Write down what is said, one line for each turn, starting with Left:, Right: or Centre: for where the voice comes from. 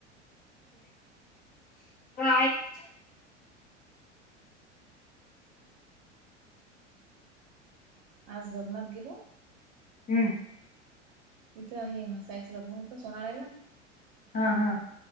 Left: म
Right: आज लग्नात गेलो
Left: हम्
Right: इथं आहे मसायचं लग्न होतं सोनळ्याला
Left: हा हा